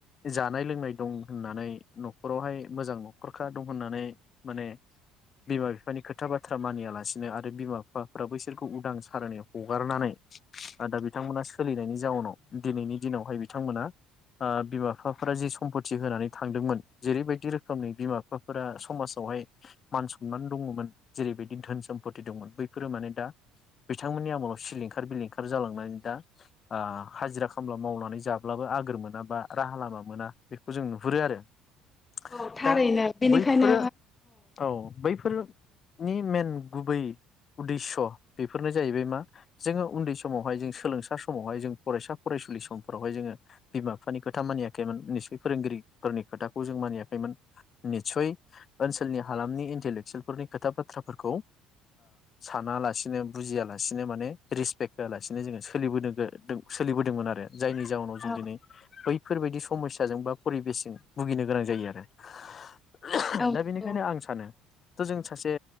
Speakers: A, on the left; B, on the left.
A: जा जानाय लोंनाय दं होननानै नखरावहाय मोजां नखरखा दं होननानै माने बिमा बिफानि खोथा बाथ्रा मानियालासिनो आरो बिमा बिफाफ्रा बैसोरखौ उदां सारनाय हगारनानै दा बिथांमोना सोलिनायनि जाउनाव दिनैनि दिनावहाय बिथांमोना बिमा बिफा फोरा जि सम्पति होनानै थांदोंमोन जेरैबायदि रोखोमनि बिमा बिफाफोरा समाजावहाय मान सनान दङमोन जेरैबायदि धोन सम्पति दंमोन बैफोरो माने दा बिथांमोननि आमोलाव सिलिंखार बिलिंखार जालांनानै दा हाजिरा खामला मावनानै जाब्लाबो आगोर मोनाबा राहा लामा मोना बेखौ जों नुहुरो आरो ।
B: औ थारैनो
A: दा
B: बेनिखायनो
A: बैफोरो औ बैफोरो नि मेन गुबै उदेस्स बेफोरनो जाहैबाय मा जोङो उन्दै समावहाय जों सोलोंसा समावहाय जों फरायसा फरायसुलि समफोरावहाय जोङो बिमा बिफानि खोथा मानिया खमोन निस्सय फोरोंगिरिफोरनि खोथाखौ जों मानियाखैमोन निसय ओनसोलनि हालामनि इन्टेलेक्सुयेलफोरनि खोथा बाथ्राफोरखौ साना लासिनो बुजियालासिनो माने रिसपेक्ट होआलासिनो जोङो सोलिबोदों सोलिबोदोंमोन आरो । जायनि जाउनाव
B: औ
A: जों दिनै बै फोर बायदि स समस्याजों बा परिबेसजों भुगिनो गोनां जायो आरो ।
B: औ
A: दा
B: नंगौ
A: बेनिखायनो आं सानो थ' जों सासे